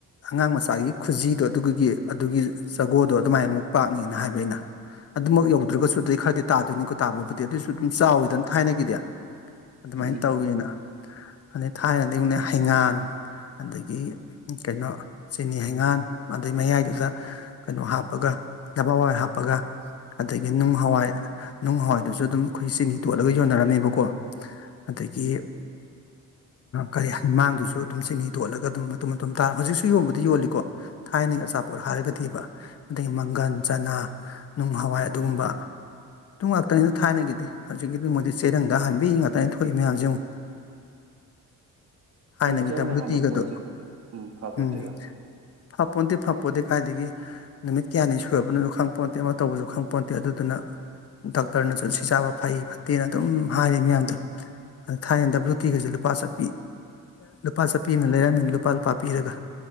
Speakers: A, on the left; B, on the right.
A: ꯑꯉꯥꯡ ꯃꯆꯥꯒꯤ ꯈꯨꯖꯤꯗꯣ ꯑꯗꯨꯒꯤ ꯑꯗꯨꯒꯤ ꯖꯒꯣꯗꯣ ꯑꯗꯨꯃꯥꯏꯅ ꯑꯃꯨꯛ ꯄꯥꯛꯅꯤꯅ ꯍꯥꯏꯕ ꯑꯩꯅ ꯑꯗꯨꯃꯛ ꯌꯧꯗ꯭ꯔꯒꯁꯨ ꯑꯗꯨꯗꯩ ꯈꯔꯗꯤ ꯇꯥꯗꯣꯏꯅꯤꯀꯣ ꯇꯥꯕꯕꯨꯗꯤ ꯑꯗꯨꯑꯣꯏꯁꯨ ꯑꯗꯨꯝ ꯆꯥꯎꯋꯤꯗꯅ ꯊꯥꯏꯅꯒꯤꯗꯤ ꯑꯗꯨꯃꯥꯏꯅ
B: ꯎꯝ
A: ꯇꯧꯋꯦꯅ ꯑꯗꯩ ꯊꯥꯏꯅꯗꯤꯛꯅ ꯍꯩꯉꯥꯟ ꯑꯗꯒꯤ ꯀꯩꯅꯣ ꯆꯤꯅꯤ ꯍꯩꯉꯥꯟ ꯑꯗꯩ ꯃꯌꯥꯏꯗꯨꯗ ꯀꯩꯅꯣ ꯍꯥꯞꯄꯒ ꯕꯋꯥꯏ ꯍꯥꯞꯄꯒ ꯑꯗꯒꯤ ꯅꯨꯡ ꯍꯋꯥꯏ ꯅꯨꯡ ꯍꯋꯥꯏꯗꯨꯁꯨ ꯑꯗꯨꯝ ꯑꯩꯈꯣꯏ ꯆꯤꯟꯍꯤꯤ ꯇꯣꯠꯂꯒ ꯌꯣꯟꯅꯔꯝꯃꯦꯕꯀꯣ ꯑꯗꯒꯤ
B: ꯎꯝ
A: ꯀꯔꯤꯃꯥꯡꯗꯨꯁꯨ ꯑꯗꯨꯝ ꯆꯤꯅꯤ ꯇꯣꯠꯂꯒ ꯑꯗꯨ ꯃꯇ ꯃꯇ ꯇꯥꯔ ꯍꯧꯖꯤꯛꯁꯨ ꯌꯣꯟꯕꯗꯤ ꯌꯣꯜꯂꯤꯀꯣ ꯊꯥꯏꯅꯒꯤ ꯑꯆꯥꯄꯣꯠ ꯍꯥꯏꯔꯒꯗꯤꯕ ꯑꯗꯒꯤ ꯃꯪꯒꯜ ꯆ ꯐꯅ ꯅꯨꯡ ꯍꯋꯥꯏ ꯑꯗꯨꯒꯨꯝꯕ ꯇ ꯉꯥꯛꯇꯅꯤꯗ ꯊꯥꯏꯅꯒꯤꯗ ꯍꯧꯖꯤꯛꯀꯤꯗꯤ ꯃꯣꯏꯗꯤ ꯆꯩꯦꯔꯪꯗ ꯍꯟꯕꯤ ꯉꯥꯛꯇꯅꯤ ꯊꯣꯛꯏ ꯃꯌꯥꯝꯁꯦ ꯑꯃꯨꯛ <inaudible> ꯊꯥꯏꯅꯒꯤ
B: ꯆꯦꯡꯗ
A: ꯗꯕ꯭ꯂꯤꯎ
B: ꯍꯥꯟꯕ
A: ꯇꯤꯒꯗꯣ
B: ꯄꯣꯠꯁꯦ ꯎ ꯐꯕ
A: ꯎꯝ
B: ꯅꯠꯇꯦꯗ
A: ꯐꯄꯣꯟꯇꯦ ꯐꯄꯣꯟꯠꯇꯦ ꯀꯥꯏꯏꯗꯒꯤ ꯅꯨꯃꯤꯠ ꯀꯌꯥꯅꯤ ꯁꯨꯔꯕꯅꯣꯁꯨ ꯈꯪ ꯄꯣꯟꯣꯟꯇꯦ ꯑꯃ ꯇꯧꯕꯁꯨ ꯈꯪ ꯄꯣꯟꯟꯇꯦ ꯑꯗꯨꯗꯨꯅ ꯗꯣꯛꯇꯔꯅꯁꯨ ꯁꯤ ꯆꯥꯕ ꯐꯩ ꯐꯠꯇꯦꯅ ꯑꯗꯨꯝ ꯍꯥꯏꯔꯤ ꯃꯌꯥꯝꯗꯣ ꯑ ꯊꯥꯏꯌꯦꯦꯟ ꯗꯕ꯭ꯂꯨ ꯇꯤꯒꯩꯁꯦ ꯂꯨꯄꯥ ꯆꯠꯄꯤ ꯂꯨꯄꯥ ꯆꯠꯄꯤꯅ ꯂꯩꯔꯝꯃꯤꯅ ꯏꯄꯥꯜ ꯄꯥꯄꯤꯔꯒ